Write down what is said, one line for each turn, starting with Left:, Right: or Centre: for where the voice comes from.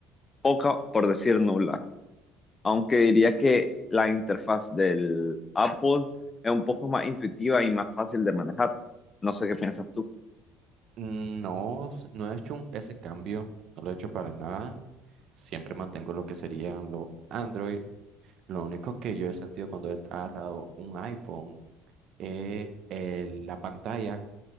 Left: poca, por decir nula. Aunque diría que la interfaz del Apple es un poco más intuitiva y más fácil de manejar. No sé qué piensas tú.
Right: Mm, No, s- no he hecho un- ese cambio, no lo he hecho para nada. Siempre mantengo lo que serían los Android Lo único que yo he sentido cuando he agarrado un iPhone es el- la pantalla.